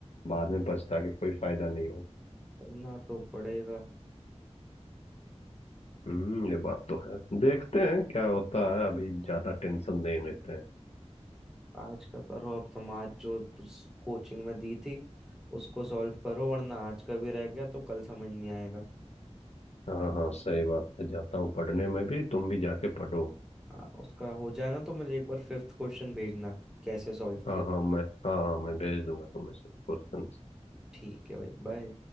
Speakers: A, on the left; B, in the centre.
A: बाद में पछता के कोई फायदा नहीं होगा
B: करना तो पड़ेगा
A: हम्म ये बात तो है देखते हैं क्या होता है अभी ज्यादा टेंशन नहीं लेते हैं
B: आज का करो अब तुम आज जो कोचिंग में दी थी उसको सॉल्व करो वरना आज का भी रह गया तो कल समझ नहीं आएगा
A: हाँ हाँ सही बात है जाता हूँ पढ़ने में भी तुम भी जाके पढ़ो
B: हाँ उसका हो जाए ना तो मुझे एक बार फिफ्थ क्वेश्चन भेजना कैसे सॉल्व
A: हाँ
B: किया
A: हाँ मैं हाँ हाँ मैं भेज दूंगा तुम्हें सब क्वेश्चन
B: ठीक है भाई बाय